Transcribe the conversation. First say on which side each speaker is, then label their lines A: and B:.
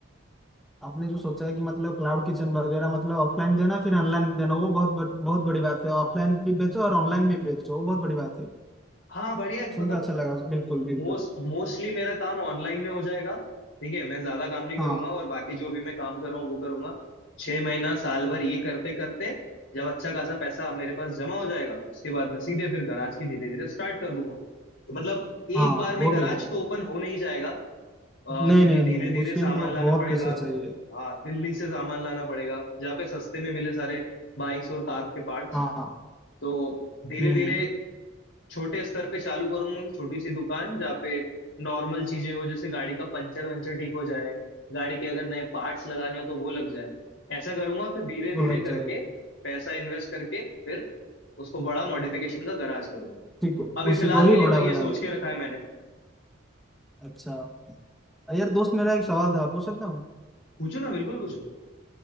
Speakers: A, in the centre; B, on the left.
A: आपने जो सोचा है कि मतलब क्लाउड किचन वगैरह मतलब ऑफलाइन देना फिर ऑनलाइन देना वो बहुत बहुत बहुत बड़ी बात है ऑफलाइन भी बेचो और ऑनलाइन भी बेचो वो बहुत बड़ी बात है
B: हाँ बढ़िया
A: सुन
B: मतलब
A: के अच्छा लगा बिल्कुल बिल्कुल
B: मोस्ट मोस्टली मेरा काम ऑनलाइन में हो जाएगा ठीक है मैं ज्यादा काम नहीं करूंगा
A: हाँ
B: और बाकी जो भी मैं काम कर रहा हूँ वो करूंगा छह महीना साल भर ये करते करते जब अच्छा खासा पैसा मेरे पास जमा हो जाएगा उसके बाद मैं सीधे फिर गराज की धीरे धीरे स्टार्ट कर दूंगा तो मतलब एक
A: हाँ
B: बार में
A: वो
B: गराज
A: भी है
B: तो ओपन हो नहीं जाएगा अ,
A: नहीं
B: क्योंकि
A: नहीं
B: धीरे
A: नहीं
B: धीरे
A: उसके
B: सामान
A: लिए तो
B: लाना
A: बहुत
B: पड़ेगा
A: पैसा चाहिए
B: हाँ दिल्ली से सामान लाना पड़ेगा जहाँ पे सस्ते में मिले सारे बाइक्स और कार के पार्ट्स
A: हाँ
B: तो धीरे
A: हम्म
B: धीरे छोटे स्तर पे चालू करूंगा कि छोटी सी दुकान जहाँ पे नॉर्मल चीजें हो जैसे गाड़ी का पंचर वंचर ठीक हो जाए गाड़ी के अगर नए पार्ट्स लगाने हो तो वो लग जाए ऐसा करूंगा फिर धीरे
A: वो
B: धीरे
A: लग जाएगा
B: करके पैसा इन्वेस्ट करके फिर उसको बड़ा मॉडिफिकेशन का गराज करूंगा
A: ठीक है
B: अभी
A: उसी
B: फिलहाल
A: को ही
B: के लिए
A: बड़ा
B: तो ये
A: बनाना
B: सोच
A: है।
B: के रखा है मैंने
A: अच्छा यार दोस्त मेरा एक सवाल था पूछ सकता हूँ
B: पूछो ना बिल्कुल पूछो